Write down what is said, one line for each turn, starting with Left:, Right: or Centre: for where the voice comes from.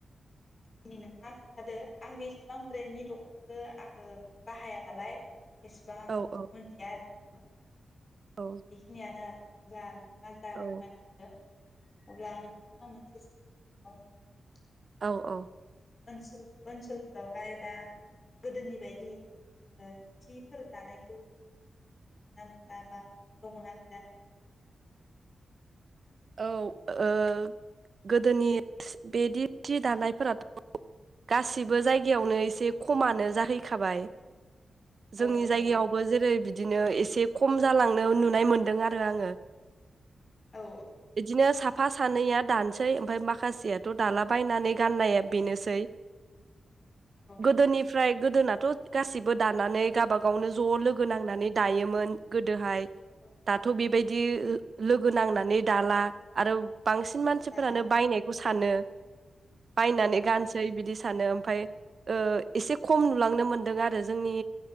Left: दिनि नोंथाङा खोन्थादो आं बेसेबां ब्रेन्डनि दख'नाखौ आङो बाहाया नालाय एसेबां आङो
Right: औ औ
Left: मोनथिया आरो नोंथां
Right: औ
Left: बेखिनियानो आरो जा नो नोंथाङा जा
Right: औ
Left: फोरमायना होदों अब्ला नोंथाङा मोनसे सोंथि <unintelligible>
Right: औ औ
Left: ओनसोल ओनसोलफोरावहाय दा गोदोनि बायदि ओ सिफोर दानायखौ नोंथाङा नुनो मोनो ना मोनला बा दङना गैला नोंथाङा फोरमायना होनो हागोन नामा?
Right: औ ओ गोदोनि बेदि सि दानायफोराथ' गासिबो जायगायावनो एसे खमानो जाहैखाबाय
Left: औ
Right: जोंनि
Left: औ
Right: जायगायावबो जेरै बिदि बिदिनो एसे खम जालांनो नुनाय मोनदों आरो आङो
Left: औ
Right: बिदिनो साफ साफा सानैया दानसै ओमफफ्राय माखासेयाथ' दालाबायनानै गाननाया बेनोसै
Left: औ
Right: गोदोनिफ्राय गोदोनाथ' गासिबो दानानै गावाबागावनो ज' लोगो नांनानै दायोमोन गोदोहाय
Left: औ
Right: दाथ' बेबायदि लोगो नांनानै दाला आरो बांसिन मानसिफोरानो
Left: दारा
Right: बायनायखौ
Left: औ
Right: सानो बायनानै
Left: औ औ
Right: गानसै बिदि नो ओमफ्राय ओ एसे खम नुलांनो मोनदों आरो जोंनि